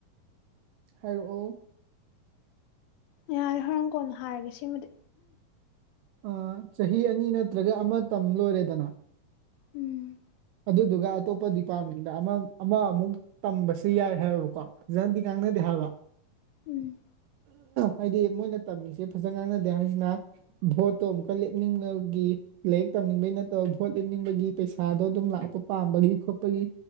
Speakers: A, on the right; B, on the left.
A: ꯍꯥꯏꯔꯛꯑꯣ
B: ꯌꯥꯔꯦ ꯍꯣꯔꯥꯡ ꯀꯣꯟꯅ ꯍꯥꯏꯔꯒꯦ ꯁꯤꯃꯗꯤ
A: ꯑ ꯆꯍꯤ ꯑꯅꯤ ꯅꯠꯇ꯭ꯔꯒ ꯑꯃ ꯇꯝ ꯂꯣꯏꯔꯦꯗꯅ
B: ꯎꯝ
A: ꯑꯗꯨꯗꯨꯒ ꯑꯇꯣꯞꯄ ꯗꯤꯄꯥꯔꯠꯃꯦꯟꯗ ꯑꯃ ꯑꯃ ꯑꯃꯨꯛ ꯇꯝꯕꯁꯨ ꯌꯥꯏ ꯍꯥꯏꯕꯀꯣ ꯐꯖꯅꯗꯤ ꯉꯥꯡꯅꯗꯦ ꯍꯥꯏꯕ
B: ꯎꯝ
A: ꯍꯥꯏꯗꯤ ꯃꯣꯏꯅ ꯇꯝꯃꯤꯖꯦ ꯐꯖ ꯉꯥꯡꯅꯗꯦ ꯍꯥꯏꯖꯤꯅ ꯚꯣꯠꯇꯣ ꯑꯃꯨꯛꯀ ꯂꯦꯞꯅꯤꯡꯉꯒꯤ ꯂꯥꯏꯔꯤꯛ ꯇꯝꯅꯤꯡꯕꯩ ꯅꯠꯇꯕ ꯚꯣꯠ ꯂꯦꯞꯅꯤꯡꯕꯒꯤ ꯄꯩꯁꯥꯗꯣ ꯑꯗꯨꯝ ꯂꯥꯛꯄ ꯄꯥꯝꯕꯒꯤ ꯈꯣꯠꯄꯒꯤ